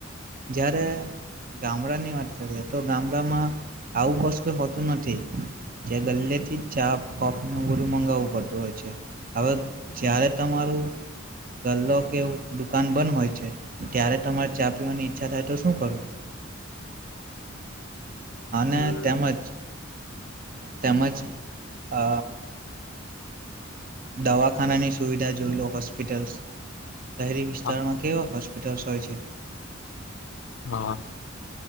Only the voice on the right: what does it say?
જ્યારે ગામડાની વાત કરીએ તો ગામડામાં આવું કશુ કઈ હોતું નથી જે ગલ્લેથી જ ચા કોફીનું બધું મંગાવવું પડતું હોય છે હવે જ્યારે તમારું ગલ્લો કે દુકાન બંધ હોય છે ત્યારે તમારે ચા પીવાની ઈચ્છા થાય તો શું કરવું અને
તેમજ તેમજ અ દવાખાનાની સુવિધા જોઈ લો હોસ્પિટલસ શહેરી વિસ્તારમાં
કેવા હોસ પિટલ્સ હોય છે.